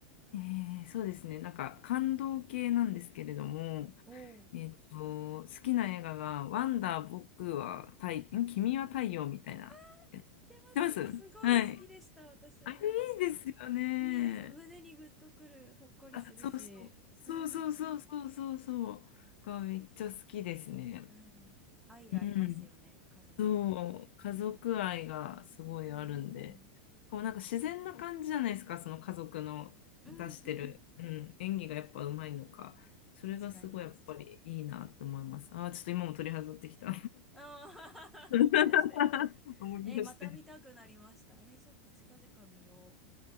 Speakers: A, on the left (about 75°); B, in the centre.
A: えーそうですね。なんか感動系なんですけれども、
B: おお、知
A: えっと、好きな映画が、ワンダー、僕は太、ん君は太陽みたいな。
B: って
A: 知ってますはい。
B: ます。すごい好きでした。私も
A: あれいいですよね。
B: いいですね。胸にグッとくる、ほっこりするし。
A: あ、そうそう。そうそうそうそうそうそう。
B: うん。
A: がめっちゃ好きですね。
B: うん。愛がありますよね、
A: うん。
B: 家族の。
A: そう、家族愛がすごいあるんで、
B: うんうんうん。
A: こうなんか自然な感じじゃないですか、その家族の出してる、
B: うんうん。
A: うん、演技がやっぱうまいのか、それがすごいやっぱりいいなって思います。
B: 確かに。
A: あー、ちょっと今も取り外ってきた。
B: ああ
A: <laughs>
B: <laughs> 思い出して
A: 思い出して。
B: えーまた見たくなりました。えーちょっと近々見よう。